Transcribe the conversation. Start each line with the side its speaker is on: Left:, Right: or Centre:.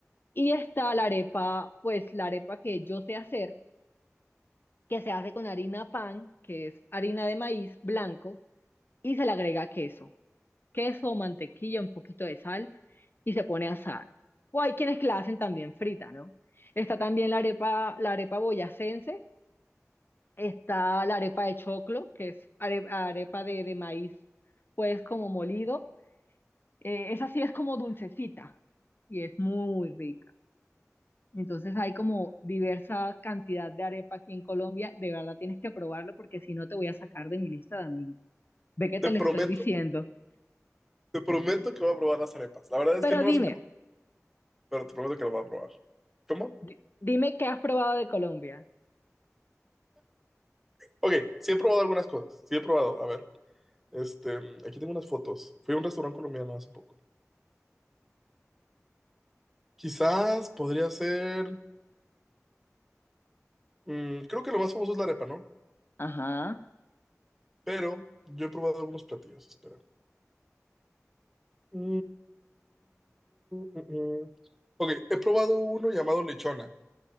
Left: Y está la arepa, pues la arepa que yo sé hacer, que se hace con harina pan, que es harina de maíz blanco, y se le agrega queso, queso, mantequilla, un poquito de sal, y se pone a asar. O hay quienes que la hacen también frita, ¿no? Está también la arepa, la arepa boyacense, está la arepa de choclo, que es are- arepa de, de maíz, pues como molido. Eh, esa sí es como dulcecita, y es muy rica. Entonces hay como diversa cantidad de arepa aquí en Colombia. De verdad tienes que probarlo porque si no te voy a sacar de mi lista de amigos. Ve que te
Centre: te
Left: lo
Centre: prometo,
Left: estoy diciendo.
Centre: te prometo que voy a probar las arepas. La verdad es
Left: Pero
Centre: que no
Left: dime,
Centre: las he probado, pero te prometo que las voy a probar. ¿Cómo?
Left: di- dime qué has probado de Colombia.
Centre: Ok, sí he probado algunas cosas. Sí he probado. A ver, este, aquí tengo unas fotos. Fui a un restaurante colombiano hace poco. Quizás podría ser. mm, creo que lo más famoso es la arepa, ¿no?
Left: Ajá.
Centre: Pero yo he probado algunos platillos. Espera. Mm, mm, mm. Ok, he probado uno llamado lechona.